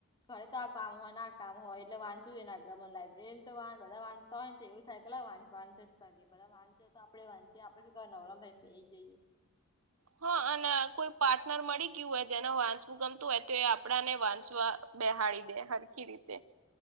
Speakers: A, on the left (about 20°); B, on the right (about 85°).
A: ખરે તો, આ કામ હોય ના કામ હોય એટલે વાંચું એ ના લાયબ્રેરી તો વા બધા વાંધતા હોયને, તો એવું થાય કેલા વાચ વાંચ જ કરે બધા વાંચ તો આપડે વાંચીએ. આપણે શું ક નવરાલ થઈને બેહી જઈએ?
B: હા, અને કોઈ પાર્ટનર મળી ગયું હોય જેને વાંચવું ગમતું હોય, તો એ આપડાને વાંચવા બેહાડી દે હરખી રીતે.